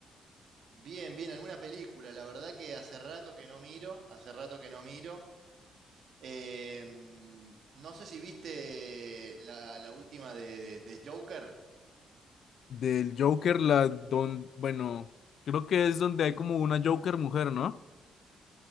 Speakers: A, on the right; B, on the left.
A: Bien, bien, alguna película. La verdad que hace rato que no miro, hace rato que no miro. Eh, no sé si viste la, la última de, de Joker.
B: Del Joker, la don, bueno, creo que es donde hay como una Joker mujer, ¿no?